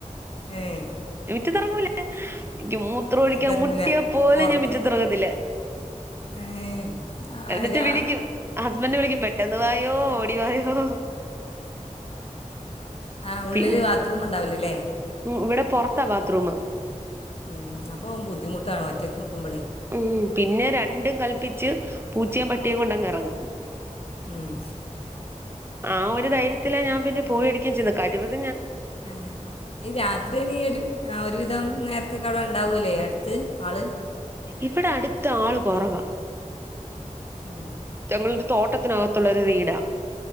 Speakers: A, on the left (about 45°); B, on the right (about 20°).
A: ഏഹ്
B: മിറ്റത്തിറങ്ങൂല എനിക്ക് മൂത്രൊഴിക്കാൻ
A: ഇജ്ജ് തിരങ്ങൂല
B: മുട്ടിയാൽ പോലും
A: പുറത്ത്
B: ഞാൻ മിറ്റത്തിറങ്ങത്തില്ല.
A: ഏ ആരാ
B: എന്നിട്ട് വിളിക്കും ഹസ്ബൻ്റ് വിളിക്കും പെട്ടെന്ന് വായോ ഓടി വായോ
A: ഏഹ്ഹ് ഉള്ളില്
B: പിന്നെ
A: ബാത്റൂം ഉണ്ടാവില്ലല്ലേ
B: ഇവിടെ പൊറത്താ ബാത്റൂമ്
A: മം അപ്പം ബുദ്ധിമുട്ടാണ് ഒറ്റക്ക് നിൽക്കുമ്പോളേ
B: ഉം പിന്നെ രണ്ടും കൽപ്പിച്ച് പൂച്ചയും പട്ടിയും കൊണ്ടങ് എറങ്ങും
A: ങ്ഹും
B: ആ ഒരു ധൈര്യത്തിലാ ഞാൻ പിന്നെ പോയിടിക്കാൻ ച കഴിവ <inaudible>
A: ആ രാത്രി നീ ഒരു ആ ഒരു ഒരുവിധം നേരത്തെ കെട ഉണ്ടാവൂലേ അടുത്ത് ആള്
B: ഇവിടെ അടുത്ത് ആള് കൊറവാ
A: ഉം
B: ഞങ്ങളുടൊരു തോട്ടത്തിനകത്തുള്ള ഒരു വീടാ